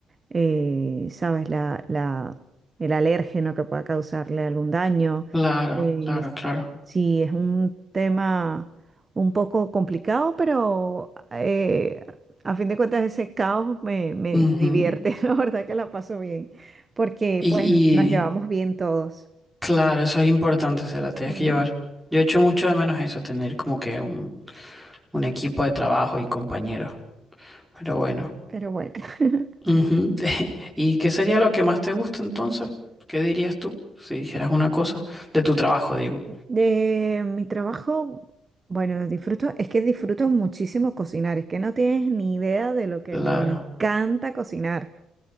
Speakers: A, on the right (about 30°); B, in the centre.
A: eh, sabes, la, la- el alérgeno que pueda causarle algún daño.
B: Claro,
A: Eh,
B: claro,
A: es-
B: claro.
A: sí, es un tema un poco complicado, pero eh, a fin de cuentas ese caos me, me-
B: Ujú.
A: me divierte, <laughs> la verdad que la paso bien, porque
B: Y,
A: pues nos llevamos bien todos.
B: Claro, eso es importante, se la
A: Sí,
B: tienes que llevar. Yo echo mucho de menos eso, tener como que un, un equipo de trabajo y compañeros. Pero bueno.
A: pero bueno. <laughs>
B: Ujú. <laughs> ¿Y qué sería lo que más te gusta entonces? ¿Qué dirías tú? Si dijeras una cosa de tu trabajo, digo.
A: De mi trabajo, bueno, disfruto, es que disfruto muchísimo cocinar, es que no tienes ni idea de lo que
B: Claro,
A: me encanta cocinar.